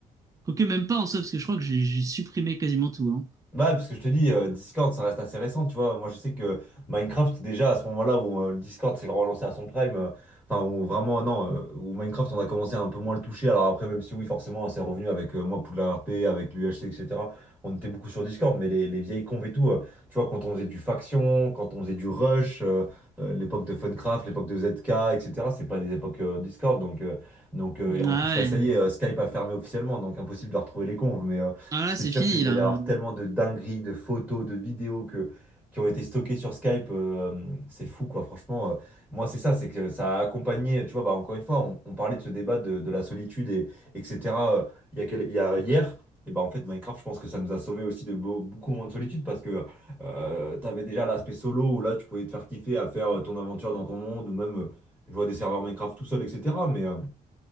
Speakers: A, on the right; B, in the centre.
A: Quoique même pas en soi, parce que je crois que j'ai j'ai supprimé quasiment tout. Hein.
B: Bah, parce que je te dis, euh, Discord, ça reste assez récent, tu vois. Moi, je sais que Minecraft, déjà, à ce moment-là où euh, le Discord s'est vraiment lancé à son prime, euh, enfin, où vraiment, non, euh, où Minecraft, on a commencé à un peu moins le toucher. Alors après, même si oui, forcément, c'est revenu avec euh, moi, Poudlard RP, avec l'UHC, etc. On était beaucoup sur Discord, mais les, les vieilles convs et tout, euh, tu vois, quand on faisait du Faction, quand on faisait du Rush, euh, euh, l'époque de Funcraft, l'époque de ZK, etc., c'est pas des époques euh, Discord, donc... euh, donc, euh, et en
A: Ah
B: plus,
A: ouais.
B: là, ça y est, euh, Skype a fermé officiellement, donc impossible de retrouver les convs, mais... euh,
A: Ah
B: c'est
A: là, c'est
B: sûr
A: fini,
B: qu'il doit
A: là.
B: y avoir tellement de dingueries, de photos, de vidéos que, qui ont été stockées sur Skype. euh, c'est fou, quoi. Franchement, euh, moi, c'est ça, c'est que ça a accompagné, tu vois, bah, encore une fois, on, on parlait de ce débat de, de la solitude, et, etc. euh, il y a, quel- il y a hier. Et bah en fait, Minecraft, je pense que ça nous a sauvé aussi de beau- beaucoup moins de solitude parce que euh, t'avais déjà l'aspect solo où là, tu pouvais te faire kiffer à faire euh, ton aventure dans ton monde ou même, euh, je vois des serveurs Minecraft tout seul, etc. Mais, euh,